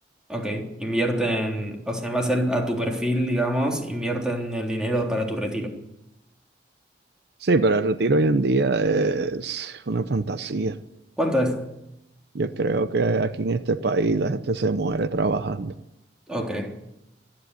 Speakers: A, in the centre; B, on the right (about 65°).
A: ok. Invierten, o sea, en base al- a tu perfil, digamos, invierten el dinero para tu retiro.
B: Sí, pero el retiro hoy en día es una fantasía.
A: ¿Cuánto es?
B: Yo creo que aquí en este país la gente se muere trabajando,
A: Ok.